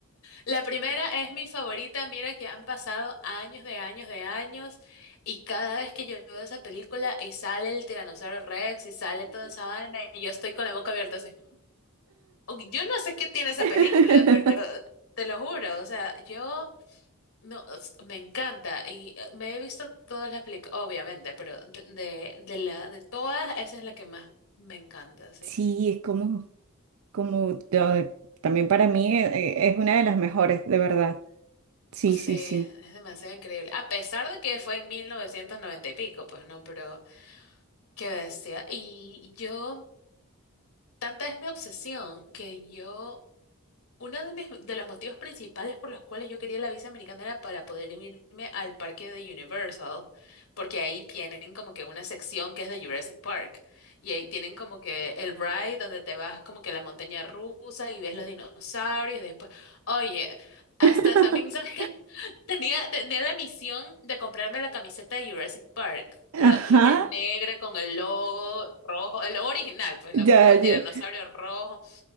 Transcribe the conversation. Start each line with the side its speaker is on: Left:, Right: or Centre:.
Left: La primera es mi favorita, mira que han pasado años de años de años y cada vez que yo veo esa película y sale el Tiranosaurio Rex y sale toda esa vaina y yo estoy con la boca abierta así. O- Yo no sé qué tiene esa
Right: <clears throat>
Left: película, pero te lo juro, o sea, yo no s- me encanta y eh, me he visto todas las películas, obviamente, pero de, de, de la de todas esa es la que más me encanta, sí.
Right: Sí, es como, como eh, también para mí eh, eh, es una de las mejores, de verdad. Sí,
Left: Sí,
Right: sí, sí.
Left: es demasiado increíble. A pesar de que fue en 1990 y pico, pues no, pero Qué bestia. Y yo, tanta es mi obsesión que yo uno de mis, de los motivos principales por los cuales yo quería la visa americana era para poder irme al parque de Universal, porque ahí tienen como que una sección que es de Jurassic Park, y ahí tienen como que el ride donde te vas como que a la montaña rusa y ves los dinosaurios, y después, oye, hasta
Right: <laughs>
Left: también, ¿sabes qué? <laughs> Tenía, tenía la misión de comprarme la camiseta de Jurassic Park, la,
Right: Ajá.
Left: la que es negra con el logo rojo, el logo original, pues no
Right: Ya,
Left: con el tiranosaurio
Right: ya.
Left: rojo.